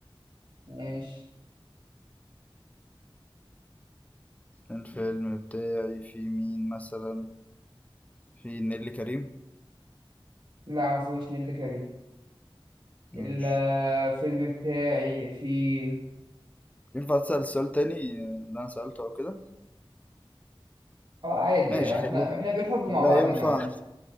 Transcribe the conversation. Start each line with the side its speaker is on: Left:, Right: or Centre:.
Right: ماشي
Left: الفيلم بتاعي فيه مين مثلا فيه نيللي كريم
Right: لا ما فيهوش نيللي كريم
Left: ماشي
Right: الفيلم بتاعي فيه
Left: ينفع تسأل السؤال تاني آه، اللي انا سألته او كده
Right: اه عادي
Left: ماشي
Right: آه،
Left: خليه
Right: احنا احنا بالحب مع
Left: خليها
Right: بعضينا
Left: ينفع
Right: عادي